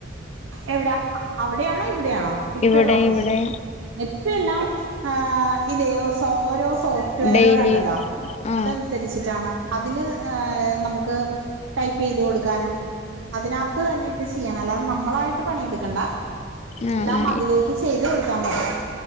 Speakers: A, on the right; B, on the left.
A: എവ്ടാ അവിടയാണോ ഇവിടയാണോ ഇപ്പള്ള
B: ഇവിടെ
A: ഓഫീസ്?
B: ഇവിടെ
A: ഇപ്പെല്ലാ ഏഹ് ഇതേ സോ ഓരോ സോ റ്റയറ്കള്ണ്ടല്ലോ
B: ഡെയിലി ആ
A: അതൻസരിച്ചിട്ടാണ് അതില് ഏഹ് നമുക്ക് ടൈപൈയ് തൊട്ക്കാനും അതിനാത്ത് നിട്ട് ചെയ്യാന് അല്ലാതെ നമ് മ്മളായിട്ട് പണിയെട്ക്കണ്ട
B: ആ
A: എല്ലാം
B: ആ
A: അതിലേക്ക് ചെയ്ത് കൊടുത്താ മതി.